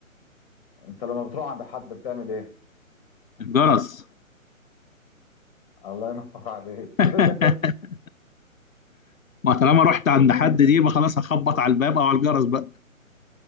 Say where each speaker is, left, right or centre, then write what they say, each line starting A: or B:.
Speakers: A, on the left; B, on the left.
A: انت لما بتروح عند حد بتعمل ايه؟
B: الجرس
A: الله ينور عليك <laughs> بترن
B: <laughs>
A: الجرس
B: ما طالما رحت عند
A: جميل
B: حد دي يبقى خلاص هخبط على الباب او على الجرس بقى